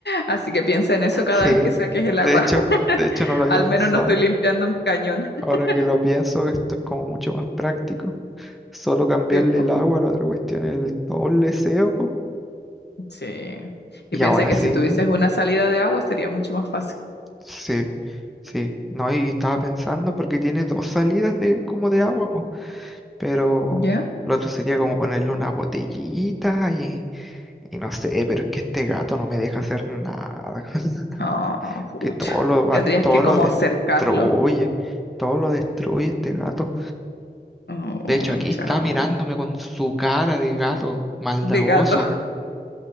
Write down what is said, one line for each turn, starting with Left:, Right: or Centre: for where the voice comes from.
Left: Así que piensa en
Centre: <laughs>
Left: eso cada
Centre: Sí,
Left: vez que saques el
Centre: de
Left: agua.
Centre: hecho,
Left: <laughs>
Centre: de hecho no lo había
Left: Al
Centre: pensado.
Left: menos no estoy limpiando un cañón, <laughs>
Centre: Ahora que lo pienso, esto es como mucho más práctico. Solo cambiarle
Left: tipo.
Centre: el agua, la otra cuestión es el todo el leseo, po.
Left: Sí.
Centre: Y
Left: Y piensa
Centre: aún así,
Left: que si tuvieses una salida de agua sería mucho más fácil.
Centre: sí, sí. No, y estaba pensando porque tiene dos salidas de como de agua, po. Pero
Left: ¿Ya?
Centre: lo otro sería como ponerle una botellita y, y no sé, pero es que este gato no me deja hacer nada. <laughs>
Left: Ah, pucha.
Centre: Que todo lo va-
Left: Tendrías
Centre: todo
Left: que
Centre: lo
Left: como
Centre: destruye.
Left: cercarlo.
Centre: Todo lo destruye este gato.
Left: Oh,
Centre: De hecho, aquí
Left: chao.
Centre: está mirándome con su cara de gato maldadoso,
Left: De gato.